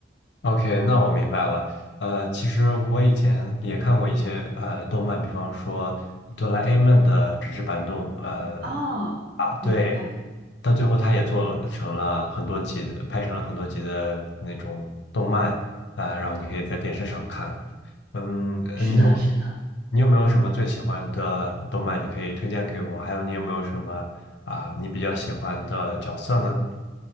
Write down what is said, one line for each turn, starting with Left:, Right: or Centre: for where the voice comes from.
Left: OK，那我明白了。呃，其实我以前也看过一些呃动漫，比方说《哆啦 A 梦》的纸质版动，呃，
Right: 哦，
Left: 啊，
Right: 明白，
Left: 对，到最后他也做了成了很多集的，拍成了很多集的那种动漫啊，然后你可以在电视上看。嗯，呃你有
Right: 是的，是的，
Left: 你有没有什么最喜欢的动漫，你可以推荐给我？还有你有没有什么啊，你比较喜欢的角色呢？